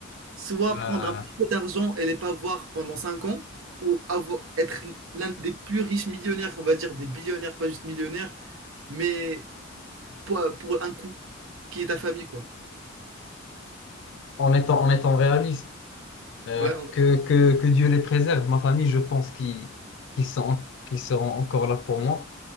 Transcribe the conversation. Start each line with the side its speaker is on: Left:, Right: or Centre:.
Right: Soit
Left: euh,
Right: prendre un petit peu d'argent et les pas voir pendant 5 ans, ou avoir, être l'un des plus riches millionnaires, on va dire des billionnaires, pas juste millionnaires mais pour, pour un coup, qui est ta famille, quoi.
Left: en étant, en étant réaliste, euh,
Right: Ouais,
Left: que, que, que Dieu les préserve. Ma famille, je pense qu'ils qu'ils sont, qu'ils seront encore là pour moi.